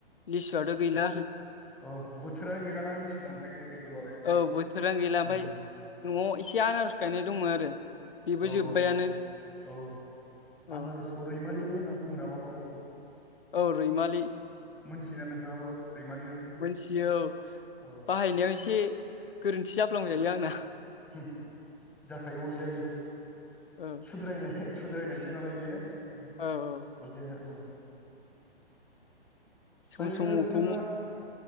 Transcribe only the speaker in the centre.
औ बोथोरानो गैलााना लिसु ओंखायनो गैथ'लाबे
ओम
औ
औ औ औ
आनारसखौ रैमालिबो होनना बुङो नामा बर'आव?
मोनथियोना नोंथाङाबो? रैमालि होननानै
औ
हो जाखायो अरजाया बेफोर
सुद्रायनाय सुद्रायनायसो नालाय बेयो ओंखायनो
अरजाया औ
ओरैनो
नोंथाङा